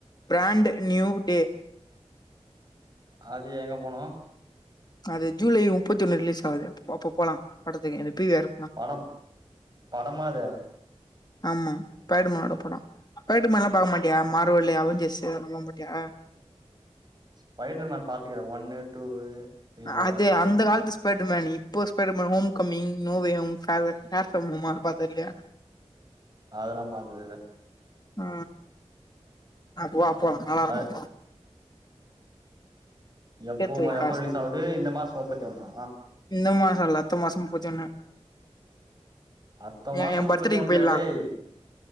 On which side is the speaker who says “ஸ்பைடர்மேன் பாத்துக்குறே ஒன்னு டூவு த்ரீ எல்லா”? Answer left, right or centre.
Right